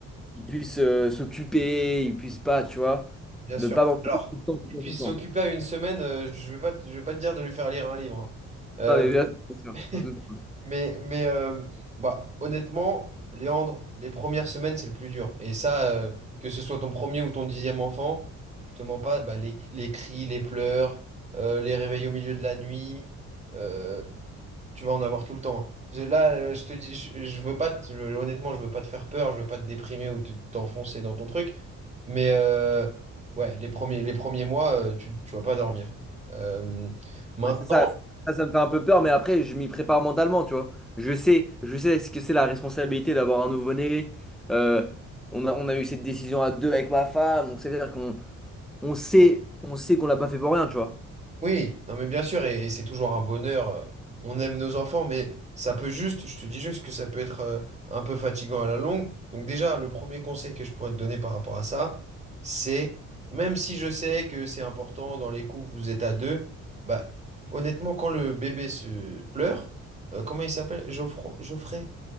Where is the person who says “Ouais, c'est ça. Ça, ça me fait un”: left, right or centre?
Centre